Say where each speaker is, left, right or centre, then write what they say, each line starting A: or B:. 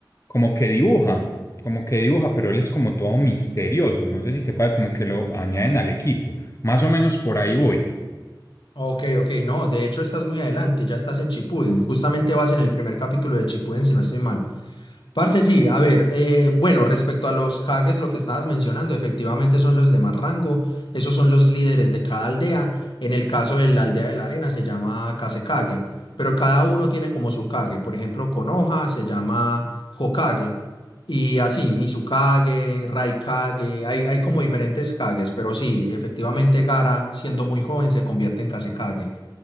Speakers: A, on the left; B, on the left.
A: como que dibuja, como que dibuja, pero él es como todo misterioso, no sé si te parece como que lo añaden al equipo, más o menos por ahí voy.
B: Ok, ok, no, de hecho estás muy adelante, ya estás en Chipuden, justamente vas en el primer capítulo de Chipuden, si no estoy mal. Parce, sí, a ver, eh, bueno, respecto a los Kages, lo que estabas mencionando, efectivamente son los de más rango, esos son los líderes de cada aldea, en el caso de la aldea de la arena se llama Kasekage, pero cada uno tiene como su Kage, por ejemplo, Konoha se llama Hokage, y así, Mizukage, Raikage, hay, hay como diferentes Kages, pero sí, efectivamente Gara, siendo muy joven, se convierte en Kasekage.